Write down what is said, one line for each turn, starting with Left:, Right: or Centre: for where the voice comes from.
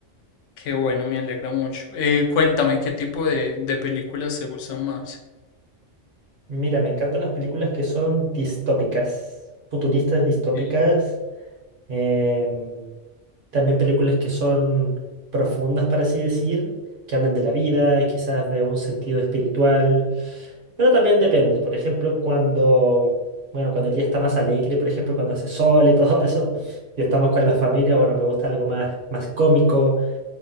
Left: Qué bueno, me alegra mucho. Eh, cuéntame, ¿qué tipo de, de películas te gustan más?
Right: Mira, me encantan las películas que son distópicas, futuristas distópicas.
Left: Sí.
Right: Em, También películas que son profundas, para así decir, que hablan de la vida, quizás de un sentido espiritual. Pero también depende. Por ejemplo, cuando, bueno, cuando el día está más alegre, por ejemplo, cuando hace sol y <laughs> todo eso, y estamos con la familia, bueno, me gusta algo más, más cómico,